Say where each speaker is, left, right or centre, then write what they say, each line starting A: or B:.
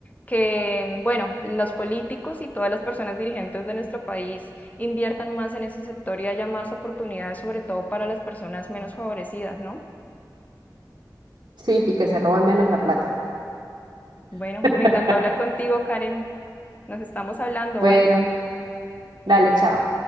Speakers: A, on the left; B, on the right.
A: que, bueno, los políticos y todas las personas dirigentes de nuestro país inviertan más en ese sector y haya más oportunidades, sobre todo para las personas menos favorecidas, ¿no?
B: Sí, y que se robe menos la plata.
A: Bueno,
B: <laughs>
A: me encantó hablar contigo, Karen. Nos estamos hablando,
B: Bueno,
A: ¿vale?
B: dale, chao.